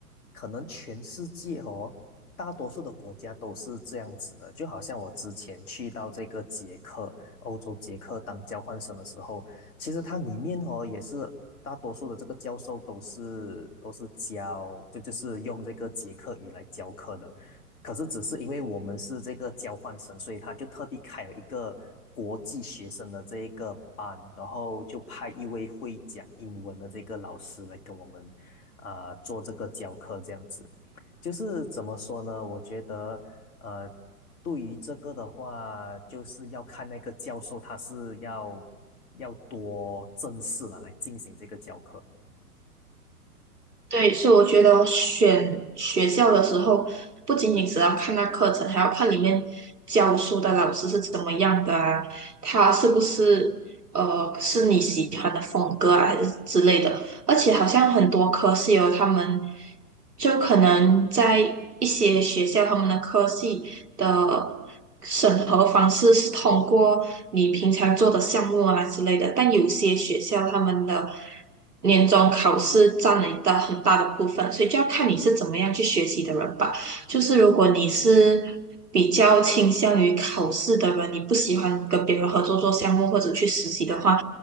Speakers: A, on the left; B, on the right.
A: 可能全世界哦，大多数的国家都是这样子的。就好像我之前去到这个捷克，欧洲捷克当交换生的时候，其实它里面哦也是大多数的这个教授都是都是教，就就是用这个捷克语来教课的。可是只是因为我们是这个交换生，所以他就特地开了一个国际学生的这一个班，然后就派一位会讲英文的这个老师来跟我们啊、呃做这个教课，这样子。就是怎么说呢？我觉得呃，对于这个的话，就是要看那个教授他是要要多正式了来进行这个教课。
B: 对，所以我觉得选学校的时候，不仅仅只要看那课程，还要看里面教书的老师是怎么样的啊，他是不是呃是你喜欢的风格啊，还是之类的。而且好像很多科系哦，他们就可能在一些学校，他们的科系的审核方式是通过你平常做的项目啊之类的，但有些学校他们的年终考试占了一大很大的部分，所以就要看你是怎么样去学习的人吧。就是如果你是比较倾向于考试的人，你不喜欢跟别人合作做项目或者去实习的话，